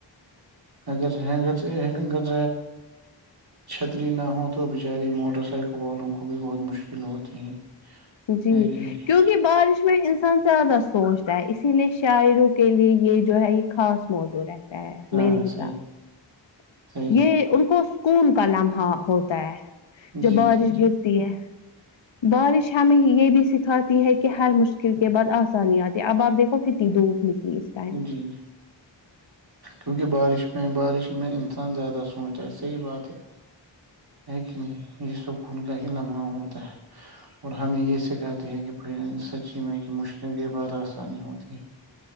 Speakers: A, on the right; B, on the left.
A: اگر اگر اگر چھتری نہ ہو تو بچاریے موٹر سائیکل والوں کو بھی بہت مشکل ہوتی ہے
B: جی
A: ہے کہ نہیں
B: کیونکہ بارش میں ان زیادہ سوچتا ہے اسی لیے شاعروں کے لیے یہ جو ہے یہ خاص موزور ہے
A: ہاں
B: میرے حساب
A: صحیح
B: سے
A: صحیح
B: یہ ان کو سکون کلام ہوتا ہے جب
A: جی
B: بارش
A: جی
B: گرتی ہے بارش یہ بھی سکھاتی ہے کہ ہر مشکل کے بعد آسانی آتی ہے اب آپ دیکھو وہ کنی دھوپ نکلی اس ٹائم
A: جی جی کیونکہ بارش میں بارش میں انسان زیادہ سوچتا ہے صحیح بات ہے ہے کہ نہیں یہ سکون کا ہی لمحہ ہوتا ہے اور ہمیں یہ سکھاتی ہے کہ پھر سچی میں کہ مشکل کے بعد آسانی ہوتی ہے